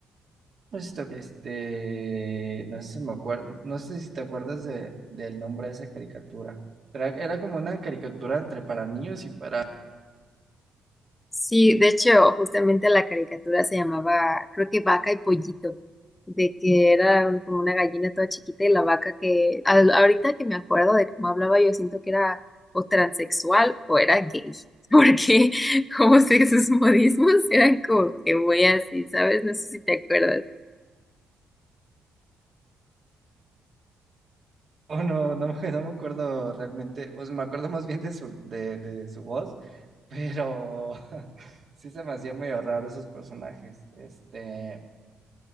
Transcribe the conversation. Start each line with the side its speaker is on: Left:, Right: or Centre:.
Right: No sé si te, este, no sé si me acuer- no sé si te acuerdas de, del nombre de esa caricatura. Pero era era como una caricatura entre para niños y para... <laughs>
Left: Sí, de hecho, justamente la caricatura se llamaba, creo que Vaca y Pollito, de que era un- como una gallina toda chiquita y la vaca que, al- ahorita que me acuerdo de cómo hablaba, yo siento que era o transexual o era gay, <laughs> porque como sé que sus modismos eran como que muy así, ¿sabes? No sé si te acuerdas.
Right: Oh, no, no, me no me acuerdo realmente. Pues me acuerdo más bien de su, de, de su voz, pero <laughs> sí se me hacía medio raro esos personajes. Este.